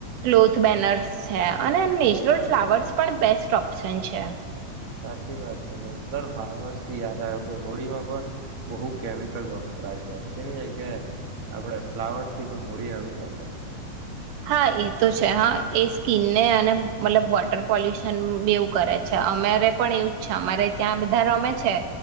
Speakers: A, on the right; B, on the right.
A: ક્લોથ બેનર્સ છે, અને એમ નેચરલ ફ્લાવર્સ પણ બેસ્ટ ઓપ્શન છે.
B: સાચી વાત છે, નેચરલ ફ્લાવર્સથી યાદ આવે કે, હોળીમાં પણ બહુ કેમિકલ વપરાય છે, તેની જગ્યાએ આપણે ફ્લાવર્સથી પણ હોળી રમી સકાય.
A: હા, એ તો છે હ, એ સ્કીનને અને મતલબ વોટર પોલ્યુશન બેઉ કરે છે. અમારે પણ એવું જ છે, અમારે ત્યાં બધા રમે છે,